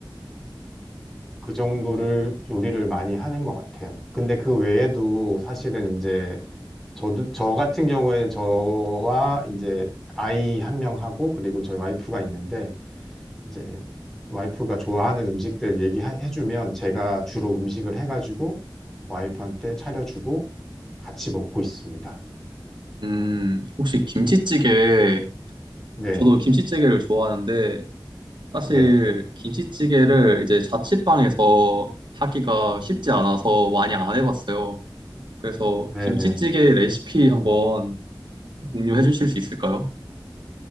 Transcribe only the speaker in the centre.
그 정도를 요리를 많이 하는 것 같아요. 근데 그 외에도 사실은 이제 저도 저 같은 경우에는 저와 이제 아이 한 명하고 그리고 저희 와이프가 있는데 이제 와이프가 좋아하는 음식들 얘기해주면 제가 주로 음식을 해가지고 와이프한테 차려주고 같이 먹고 있습니다.
네,
네,
네,
네.